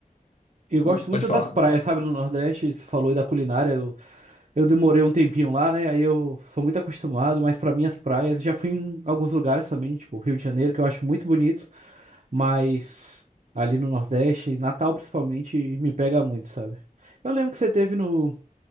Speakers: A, on the right; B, on the left.
A: Eu
B: não,
A: gosto
B: pode
A: muito
B: falar.
A: das praias, sabe, no Nordeste, você falou aí da culinária, eu, eu demorei um tempinho lá, né? Aí eu sou muito acostumado, mas pra mim as praias, já fui em alguns lugares também, tipo Rio de Janeiro, que eu acho muito bonito, mas ali no Nordeste, Natal principalmente, me pega muito, sabe? Eu lembro que você teve no,